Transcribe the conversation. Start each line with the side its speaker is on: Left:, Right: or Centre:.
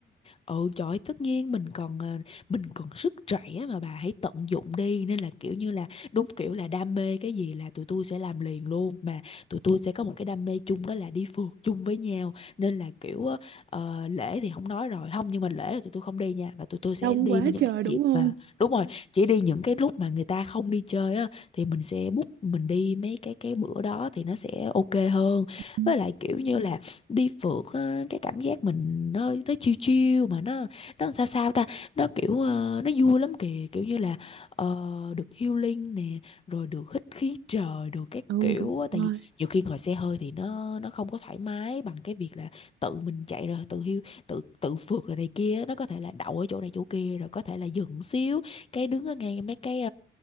Left: ừ trời ơi, tất nhiên mình còn ờ, mình còn sức trẻ mà bà hãy tận dụng đi nên là kiểu như là đúng kiểu là đam mê cái gì là tụi tôi sẽ làm liền luôn mà tụi tôi sẽ có một cái đam mê chung đó là đi phượt chung với nhau nên là kiểu á, ờ, lễ thì không nói rồi không nhưng mà lễ là tụi tôi không đi nha mà tụi tôi sẽ
Right: đông
Left: đi
Right: quá
Left: những
Right: trời
Left: cái
Right: đúng
Left: dịp
Right: không
Left: mà đúng rồi chỉ đi những cái lúc mà người ta không đi chơi á thì mình sẽ book mình đi mấy cái cái bữa đó thì nó sẽ ok hơn
Right: ừ
Left: với lại kiểu như là đi phượt á, cái cảm giác mình nó nó chill chill mà nó nó sao sao ta nó kiểu ờ, nó vui lắm kìa kiểu như là ờ, được healing nè rồi được hít khí trời được các
Right: ừ,
Left: kiểu
Right: đúng
Left: á. tại
Right: rồi
Left: vì nhiều khi ngồi xe hơi thì nó nó không có thoải mái bằng cái việc là tự mình chạy rồi tự hiu tự tự phượt rồi này kia nó có thể là đậu ở chỗ này chỗ kia rồi có thể là dừng xíu cái đứng ở ngay mấy cái